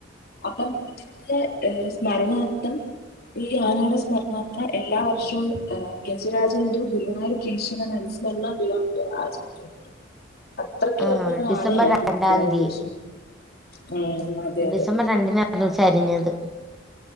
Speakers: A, on the left; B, in the centre.
A: അപ്പം ഇതിൻ്റെ സ്മരണാർത്ഥം ഈ ആനേടെ സ്മരണ ത്ര എല്ലാ വർഷവും ഗജരാജൻ ദു ഗുരുവായൂർ കേശവൻ അനുസ്മരണ ദിനം മറ്റോ ആചരിക്കുന്നുണ്ട് അത്രയ്ക്ക്
B: ആ
A: വലിയ ഒരു
B: ഡിസംബർ
A: ആനയായിരുന്നു
B: രണ്ടാംതി
A: ഗുരുവായൂർ കേശവൻ ഉം അതെ അതെ
B: ഡിസംബർ രണ്ടിനാണ് ചരിഞ്ഞത്